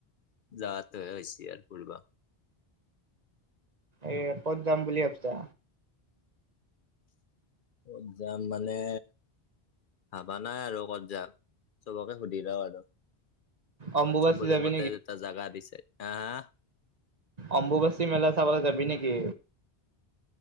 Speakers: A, on the left; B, on the right.
A: যোৱাটোহে হৈছে আৰু ফূৰবা
B: এ ক'ত যাম বুলি ভাবিছা।
A: কত যাম মানে ভাবা নাই আৰু কত যাম চবকে সুধি লও আৰু
B: অম্বুবাচী
A: চবৰে
B: যাবি
A: মতে এটা জাগা দিছে আহ আহ।।
B: অম্বুবাসি মেলা চাব যাবি নেকি? কে